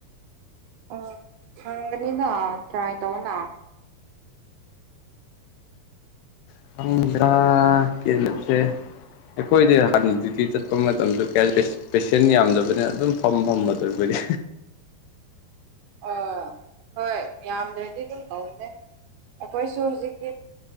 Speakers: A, on the right (about 80°); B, on the left (about 80°).
A: ꯑꯥ ꯐꯪꯒꯅꯤꯅ ꯇ꯭ꯔꯥꯏ ꯇꯧꯌꯣꯅ
B: <unintelligible> ꯑꯩꯈꯣꯏꯗꯤ ꯍꯥꯟꯅ <unintelligible> ꯀꯄ ꯃꯇꯝꯁꯨ ꯀ ꯄꯦꯁꯦꯟ ꯌꯥꯝꯗꯕꯅꯤꯅ ꯑꯗꯨꯝ ꯐꯝ ꯐꯝꯕꯗꯣ ꯑꯩꯈꯣꯏꯗꯤ
A: ꯑ ꯍꯣꯏ ꯌꯥꯝꯗ꯭ꯔꯗꯤ ꯑꯗꯨꯝ ꯇꯧꯕꯅꯦ ꯑꯩꯈꯣꯏꯁꯨ ꯍꯧꯖꯤꯛꯇꯤ